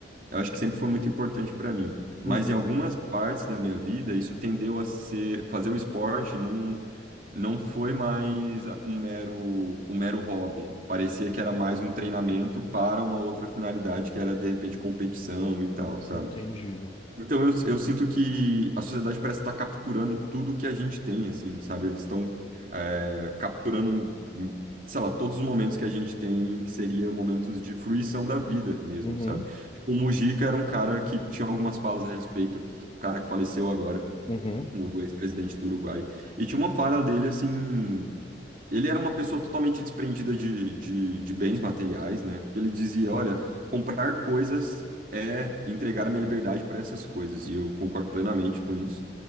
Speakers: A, on the right (about 50°); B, on the left (about 30°).
A: eu acho que sempre foi muito importante para mim. Mas
B: uhum.
A: em algumas partes da minha vida, isso tendeu a ser, fazer o esporte não, não foi mais um mero, um mero hobby. Parecia que era mais um treinamento para uma outra finalidade, que era de repente competição e tal, sabe?
B: Entendido.
A: Então, eu, eu sinto que a sociedade parece estar capturando tudo que a gente tem, assim, sabe? Eles estão é, capturando, sei lá, todos os momentos que a gente tem, que seria momentos de fruição da vida mesmo,
B: Uhum,
A: sabe? Tipo, o Mujica era um cara que tinha algumas falas a respeito, o cara que faleceu agora,
B: uhum.
A: o ex-presidente do Uruguai, e tinha uma fala dele, assim, ele era uma pessoa totalmente desprendida de, de, de bens materiais, né? Porque ele dizia,
B: Cinco.
A: olha, comprar coisas é entregar a minha liberdade para essas coisas, e eu concordo plenamente com isso.